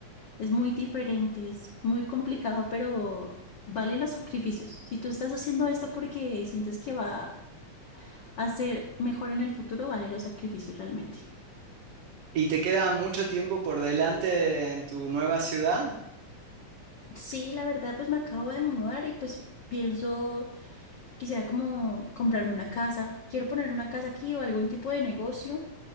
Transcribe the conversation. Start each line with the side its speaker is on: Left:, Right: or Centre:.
Left: es muy diferente, es muy complicado, pero vale los sacrificios. Si tú estás haciendo esto porque sientes que va a ser mejor en el futuro, vale los sacrificios realmente.
Right: ¿Y te queda mucho tiempo por delante en tu nueva ciudad?
Left: Sí, la verdad, pues me acabo de mudar y pues pienso, quisiera como comprarme una casa. Quiero poner una casa aquí o algún tipo de negocio.